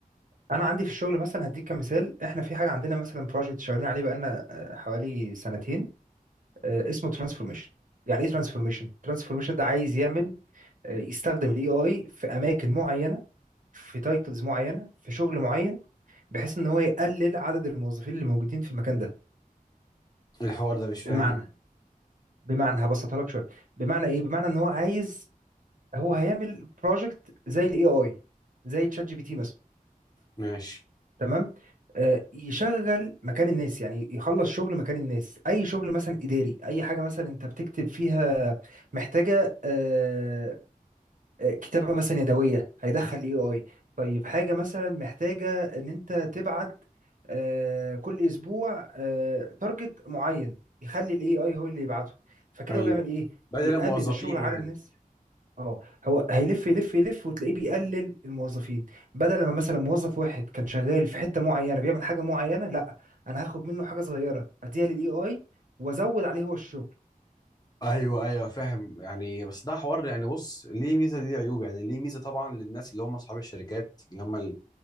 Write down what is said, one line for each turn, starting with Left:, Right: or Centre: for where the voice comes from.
Right: انا عندي في الشغل مثلا هديك كمثال احنا في حاجه عندنا مثلا بروجكت شغالين عليه بقالنا آه، حوالي سنتين آه، اسمه ترانسفورميشن يعني ايه ترانسفورميشن ترانسفورميشن ده عايز يعمل آه، يستخدم الاي اي في اماكن معينه في تايتلز معينه في شغل معين بحيث ان هو يقلل عدد الموظفين اللي موجودين في المكان ده
Left: الحوار ده مش
Right: بمعنى
Left: فاهم
Right: بمعنى هبسطها لك شويه بمعنى ايه بمعنى ان هو عايز هو هيعمل بروجكت زي الاي اي زي تشات جي بي تي مثلا
Left: ماشي
Right: تمام آه يشغل مكان الناس يعني يخلص شغل مكان الناس اي شغل مثلا اداري اي حاجه مثلا انت بتكتب فيها محتاجه آه، آه، كتابة مثلا يدوية هيدخل اي اي طيب حاجة مثلا محتاجة ان انت تبعت آه، كل اسبوع تارجت معين يخلي الاي اي هو اللي يبعته فكده
Left: ايوه
Right: هو بيعمل ايه
Left: بدل
Right: بيقلل
Left: الموظفين
Right: الشغل
Left: يعني
Right: على الناس اه هو هيلف يلف يلف وتلاقيه بيقلل الموظفين بدل ما مثلا موظف واحد كان شغال في حتة معينة بيعمل حاجة معينة لا انا هاخد منه حاجة صغيرة اديها للاي اي وازود عليه هو الشغل
Left: ايوه ايوه فاهم يعني بس ده حوار يعني بص ليه ميزه ليه عيوب يعني ليه ميزه طبعا للناس اللي هم اصحاب الشركات اللي هم اللي